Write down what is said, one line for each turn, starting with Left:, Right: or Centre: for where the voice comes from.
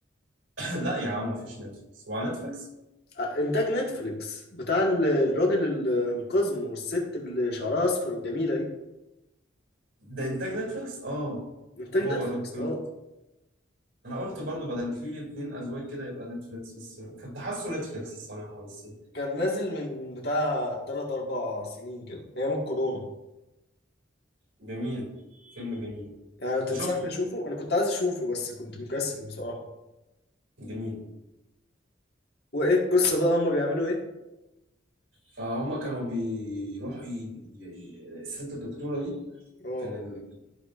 Right: <coughs> <laughs> لا يا عم مفيش نتفليكس هو على نتفليكس
Left: آه، انتاج نتفليكس بتاع ال- الراجل ال- القزم والست اللي شعرها اصفر الجميله دي
Right: ده انتاج نتفليكس اه
Left: انتاج
Right: هو
Left: نتفليكس
Right: الراجل
Left: اه
Right: القصة انا قلت برضو بدل فيه اتنين ازواج كده يبقى نتفليكس بس كنت حاسه نتفليكس الصراحة بس
Left: كان نازل من بتاع 3 4 سنين كده ايام الكورونا
Right: جميل فيلم جميل
Left: يعني تنصحني
Right: انت شفته
Left: اشوفه انا كنت عايز اشوفه بس كنت مكسل بصراحة
Right: جميل
Left: وايه القصة بقى هما بيعملوا ايه
Right: فهما كانوا بيروحوا ي... ي... الست الدكتورة دي
Left: اه
Right: كان ال-